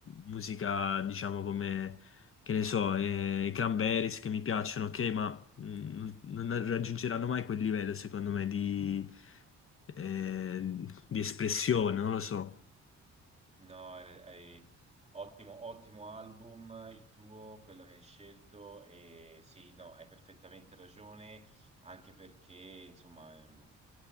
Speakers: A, on the left; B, on the right.
A: musica, diciamo, come, che ne so, eh, i Cranberries che mi piacciono, ok, ma mm, non raggiungeranno mai quel livello, secondo me, di, eh, di espressione, non lo so.
B: No, è, è- ottimo, ottimo album il tuo, quello che hai scelto e sì, no, hai perfettamente ragione, anche perché, insomma, ehm,